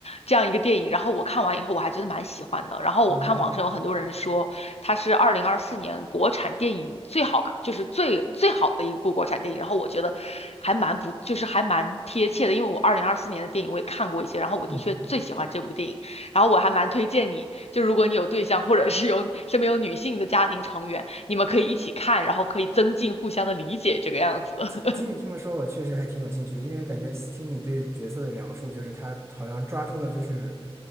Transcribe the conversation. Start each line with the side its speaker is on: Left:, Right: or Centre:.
Left: 这样一个电影。然后我看完以后，我还觉得蛮喜欢的。然后我看网上有很多人说，
Right: 哦，
Left: 它是二零二四年国产电影最好，就是最最好的一部国产电影。然后我觉得还蛮不，就是还蛮贴切的，因为我二零二四年的电影我也看过一些，然后我的确最喜欢这部电影。
Right: 嗯，
Left: 然后我还蛮推荐你，就如果你有对象，或者是有身边有女性的家庭成员，你们可以一起看，然后可以增进互相的理解，这个样子。<laughs>
Right: 听听你这么说，我确实还挺有兴趣的，因为感觉听你对角色的描述，就是他好像抓住了就是